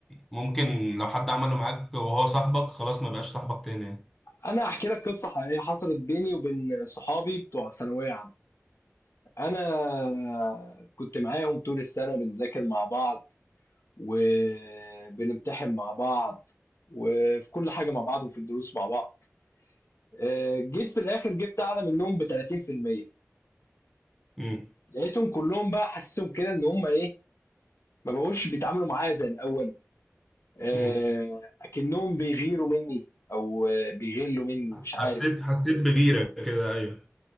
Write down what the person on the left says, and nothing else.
انا احكي لك قصه حقيقيه حصلت بيني وبين صحابي بتوع ثانويه عامه انا كنت معاهم طول السنه بنذاكر مع بعض وبنمتحن مع بعض وفي كل حاجة مع بعض وفي الدروس مع بعض آه، جيت في الآخر جبت أعلى منهم ب 30%
لقيتهم كلهم بقى حاسسهم كده إن هم إيه ما بقوش بيتعاملوا معايا زي الأول آه،
أكنهم بيغيروا مني أو آه، بيغلوا مني مش
عارف